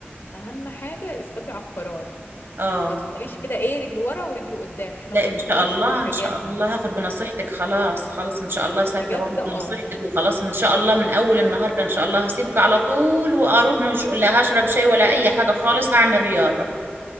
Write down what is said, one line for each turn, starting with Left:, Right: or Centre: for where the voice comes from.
Left: اهم حاجة اثباتي على القرار
Right: آه
Left: ما تفضليش كده ايه رجل ورا ورجل قدام احنا
Right: لا
Left: ما بنهزرش
Right: إن شاء الله
Left: في الحاجات
Right: إن شاء
Left: دي
Right: الله هاخد بنصيحتك خلاص خلاص إن شاء الله ثابتة
Left: بجد
Right: واخد
Left: اه
Right: بنصيحتك
Left: يعني
Right: وخلاص إن شاء الله من أول النهاردة إن شاء الله هسيبك على طول وأروح مش لا هشرب شاي ولا أي حاجة خالص هعمل رياضة